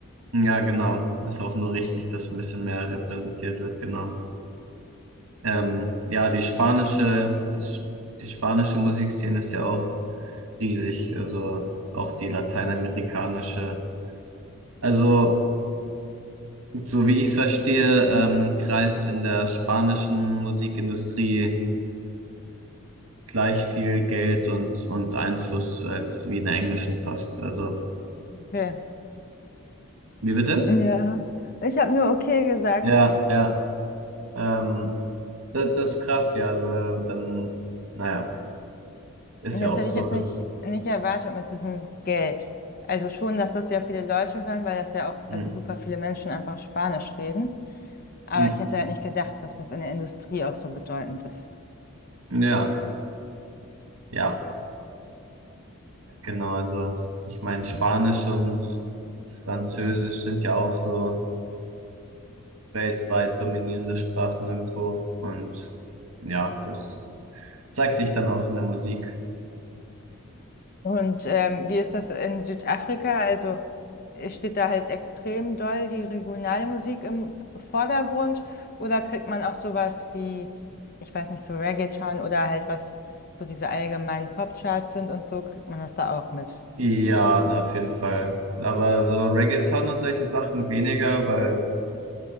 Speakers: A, on the right; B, on the left.
A: ja, genau. Ist auch nur richtig, dass ein bisschen mehr repräsentiert wird, genau. Ähm, ja, die spanische, das, die spanische Musikszene ist ja auch riesig. Also auch die lateinamerikanische. Also So wie ich es verstehe, ähm, kreist in der spanischen Musikindustrie gleich viel Geld und, und Einfluss als wie in der englischen fast. Also,
B: Okay.
A: wie bitte?
B: Ja, ich habe nur okay gesagt.
A: Ja, ja. Ähm, das, das ist krass, ja. Also, äh, dann, naja, ist
B: Das
A: ja auch
B: hätte
A: so,
B: ich jetzt
A: dass.
B: nicht, nicht erwartet mit diesem Geld. Also schon, dass das ja viele Leute hören, weil das ja auch,
A: Hm,
B: also super viele Menschen einfach Spanisch reden. Aber
A: hm,
B: ich hätte halt nicht gedacht, dass das in der Industrie auch so bedeutend ist.
A: ja, ja, genau. Also, ich meine, Spanisch und Französisch sind ja auch so weltweit dominierende Sprachen irgendwo. Und ja, das. Zeigt sich dann auch in der Musik.
B: Und ähm, wie ist das in Südafrika? Also äh, steht da halt extrem doll die regionale Musik im Vordergrund oder kriegt man auch sowas wie, ich weiß nicht, so Reggaeton oder halt was so diese allgemeinen Popcharts sind und so, kriegt man das da auch mit?
A: Ja, auf jeden Fall. Aber so Reggaeton und solche Sachen weniger, weil